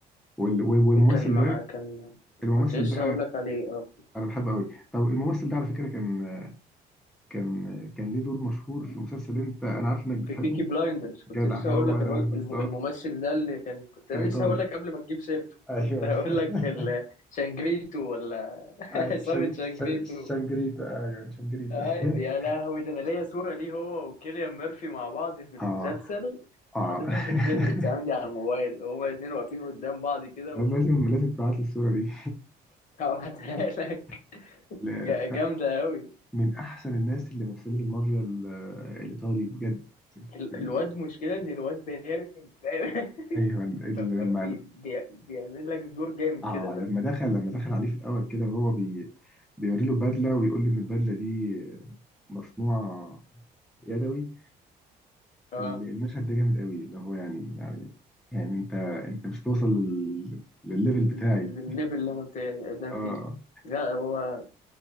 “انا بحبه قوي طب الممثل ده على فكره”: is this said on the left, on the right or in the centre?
Centre